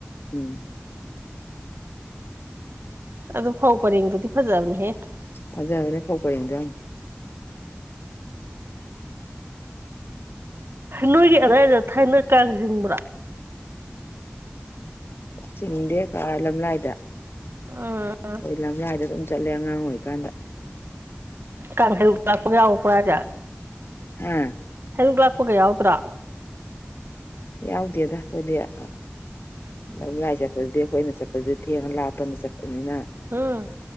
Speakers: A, on the left; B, on the right.
A: ꯎꯝ
B: ꯑꯗꯨ ꯐꯧ ꯄꯔꯦꯡꯗꯨꯗꯤ ꯐꯖꯕꯅꯦꯍꯦ꫰꫰
A: ꯐꯖꯕꯅꯤ ꯐꯧ ꯄꯥꯔꯦꯡꯗꯣ ꯌꯥꯝ꯫
B: ꯅꯣꯏꯒꯤ ꯑꯗꯥꯏꯗ ꯊꯥꯏꯅ ꯀꯥꯡ ꯆꯤꯡꯕ꯭ꯔꯥ꯫
A: ꯁꯤꯗꯦ ꯀꯂ ꯂꯝꯂꯥꯏꯗ꯫
B: ꯑ
A: ꯑꯩꯈꯣꯏ ꯂꯝꯂꯥꯏꯗ ꯑꯗꯨꯝ ꯆꯠꯂꯦ ꯑꯉꯥꯡ ꯑꯣꯏꯔꯤꯀꯥꯟꯗ꯫
B: ꯀꯥꯟ ꯍꯥꯏꯔꯨꯛ ꯂꯥꯛꯄ ꯌꯥꯎꯕ꯭ꯔ ꯍꯥꯏꯁꯦ꯫
A: ꯍ꯫
B: ꯍꯩꯔꯨꯛ ꯂꯥꯛꯄꯒ ꯌꯥꯎꯗ꯭ꯔꯣ꯫
A: ꯌꯥꯎꯗꯦꯗ ꯑꯩꯈꯣꯏꯗꯤ ꯑ ꯃꯌꯥꯏ ꯆꯠꯄꯗꯨꯗꯤ ꯑꯩꯈꯣꯏꯅ ꯆꯠꯄꯗꯨꯗꯤ ꯊꯦꯡꯉ ꯂꯥꯞꯄꯅ ꯆꯠꯄꯅꯤꯅ꯫
B: ꯎꯝ꯫